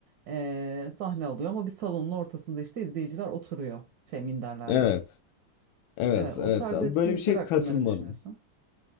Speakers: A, on the right; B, on the left.
A: Ee, sahne alıyor ama bir salonun ortasında işte izleyiciler oturuyor şey minderlerde.
B: Evet. Evet.
A: Evet, o
B: Evet.
A: tarzda
B: Böyle
A: etkinlikler
B: bir şey
A: hakkında
B: katılmadım.
A: ne düşünüyorsun?